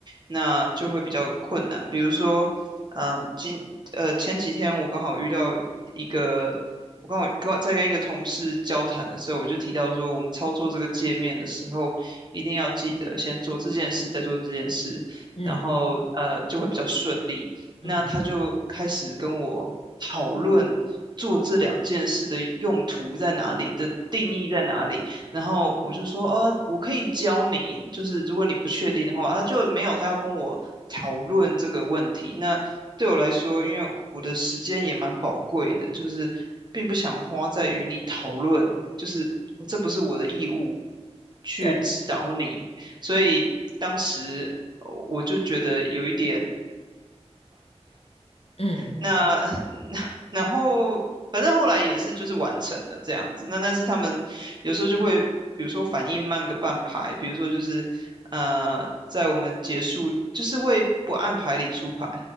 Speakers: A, on the right; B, on the left.
A: 那就会比较困难。比如说，嗯，今呃前几天我刚好遇到一个，我刚好刚在跟一个同事交谈的时候，我就提到说，我们操作这个界面的时候，一定要记得先做这件事，再做这件事。
B: 嗯
A: 然后呃就会比较顺利，
B: 嗯。
A: 那他就开始跟我讨论做这两件事的用途在哪里的定义在哪里。然后我就说，呃，我可以教你，就是如果你不确定的话，他就没有他要跟我讨论这个问题。那对我来说，因为我的时间也蛮宝贵的，就是并不想花在与你讨论，就是这不是我的义务去指导你，
B: 对。
A: 所以当时呃我就觉得有一点。
B: 嗯
A: 那 <laughs> 那然后反正后来也是就是完成了这样子。那但是他们有时候就会，比如说反应慢个半拍，比如说就是呃，在我们结束就是会不按牌理出牌。